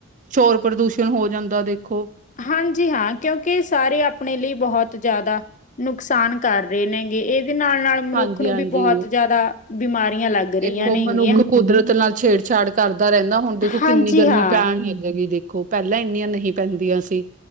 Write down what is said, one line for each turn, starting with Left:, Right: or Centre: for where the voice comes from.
Right: ਸ਼ੋਰ ਪ੍ਰਦੂਸ਼ਣ ਹੋ ਜਾਂਦਾ ਦੇਖੋ।
Left: ਹਾਂਜੀ, ਹਾਂ ਕਿਉਂਕਿ ਸਾਰੇ ਆਪ ਆਪਣੇ ਲਈ ਬਹੋਤ ਜਾਦਾ ਨੁਕਸਾਨ ਕਰ ਰਹੇ ਨੇਗੇ। ਏਦੇ ਨਾਲ-ਨਾਲ ਮਨੁੱਖ
Right: ਹਾਂਜੀ
Left: ਨੂੰ
Right: ਹਾਂਜੀ
Left: ਵੀ ਬਹੋਤ ਜਾਦਾ ਬਿਮਾਰੀਆਂ ਲੱਗ ਰਹੀਆਂ
Right: ਦੇਖੋ,
Left: ਨੇਗੀਆਂ
Right: ਮਨੁੱਖ ਕੁਦਰਤ ਨਾਲ ਛੇੜਛਾੜ ਕਰਦਾ ਰੈਂਦਾ ਹੁਣ ਦੇਖੋ,
Left: ਹਾਂਜੀ
Right: ਕਿੰਨੀ ਗਰਮੀ
Left: ਹਾਂ
Right: ਪੈਣ ਲੱਗੇਗੀ ਦੇਖ। ਖੋ ਪੈਲਾਂ ਏਨੀਆਂ ਨਹੀਂ ਪੈਂਦੀਆਂ ਸੀ।